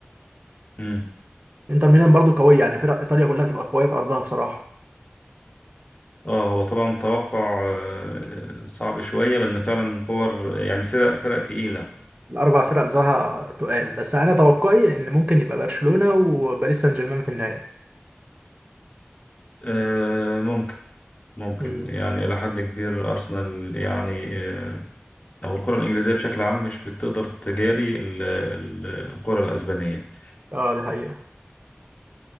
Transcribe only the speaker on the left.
مم.
اه هو طبعا توقع آه، صعب شوية لأن فعلا كور يعني فرق فرق تقيلة
آه، ممكن ممكن
يعني إلى حد كبير أرسنال يعني آه، أو الكرة الإنجليزية بشكل عام مش بتقدر تجاري ال- ال- الكرة الأسبانية